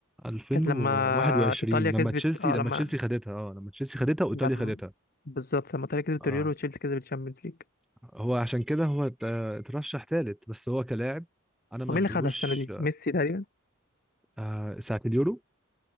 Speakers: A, in the centre; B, on the left (about 45°).
A: 2021
B: كانت لما ايطاليا كسبت
A: لما تشيلسي
B: اه
A: لما
B: لما
A: تشيلسي خدتها اه لما تشيلسي خدتها وايطاليا
B: لما
A: خدتها
B: بالظبط لما ايطاليا كسبت
A: اه
B: اليورو وتشيلسي كسبت الشامبيونز ليج
A: هو عشان كده هو ات- اترشح ثالث بس هو كلاعب انا ما
B: ومين
A: ادهوش
B: اللي خدها السنه دي ميسي تقريبا
A: آه، ساعة اليورو